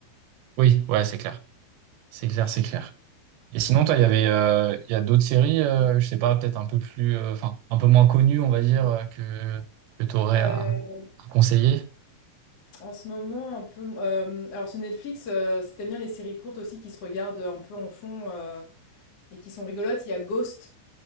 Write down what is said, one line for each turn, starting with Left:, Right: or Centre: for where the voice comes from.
Right: Oui, ouais, c'est clair. C'est clair, c'est clair. Et sinon, toi, il y avait, euh, il y a d'autres séries, euh, je sais pas, peut-être un peu plus, euh, enfin, un peu moins connues, on va dire, euh, que, que t'aurais
Left: Heu,
Right: à, à conseiller.
Left: <laughs> en ce moment un peu, hem, alors sur Netflix, heu, si tu bien les séries courtes aussi qui se regardent, un peu en fond, heu et qui sont rigolotes, il y a Ghost,